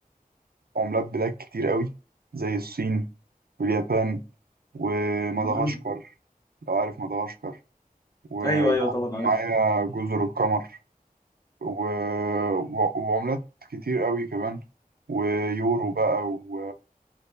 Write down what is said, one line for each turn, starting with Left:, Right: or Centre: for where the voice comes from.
Right: عملات بلاد كتير قوي زي الصين واليابان ومدغشقر
Left: مم.
Right: لو عارف مدغشقر ومع-
Left: ايوه ايوه طبعا
Right: ومعايا
Left: عارف
Right: جزر القمر و... و- وعملات كتير قوي كمان ويورو بقى و...